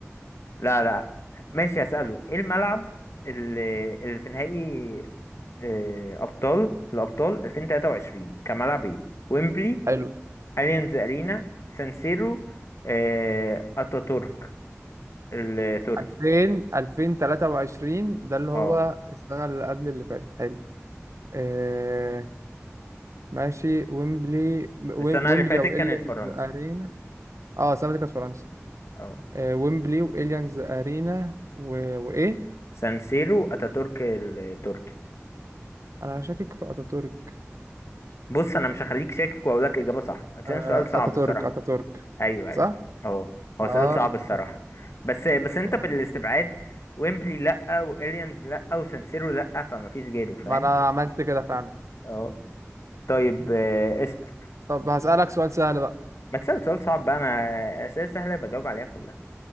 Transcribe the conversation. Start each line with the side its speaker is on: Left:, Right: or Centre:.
Left: لا لا ماشي هسأله ايه الملعب اللي, اللي في نهائي آه، ابطال الابطال 2023 كملعب ايه ويمبلي
Right: حلو
Left: اليانز ارينا سان سيرو آه، اتاتورك التركي
Right: 2000 2023 ده اللي
Left: اه
Right: هو السنة اللي قبل اللي فاتت حلو آه، ماشي ويمبلي ويم-
Left: السنة
Right: ويمبلي
Left: اللي فاتت
Right: او
Left: كانت
Right: اليانز
Left: فرنسا
Right: ارينا اه سامتك كاس فرنسا
Left: اه
Right: آه ويمبلي واليانز ارينا و... وايه
Left: سان سيرو اتاتورك التركي
Right: انا شاكك في اتاتورك
Left: بص انا مش هخليك شاكك واقول لك اجابة صح عشان
Right: آه
Left: سؤال صعب
Right: اتاتورك
Left: الصراحة.
Right: اتاتورك
Left: ايوه
Right: صح
Left: ايوه اهو هو
Right: اه
Left: سؤال صعب الصراحه
Right: طب
Left: بس بس انت
Right: طب
Left: بالاستبعاد ويمبلي لا واليانز لا وسانسيرو لا فما فيش غيره فاهم
Right: ما انا عملت كده فعلا
Left: اهو طيب آه، اسال
Right: طب هسألك سؤال سهل بقى
Left: ما تسال سؤال صعب بقى انا اسئله سهله بجاوب عليها كلها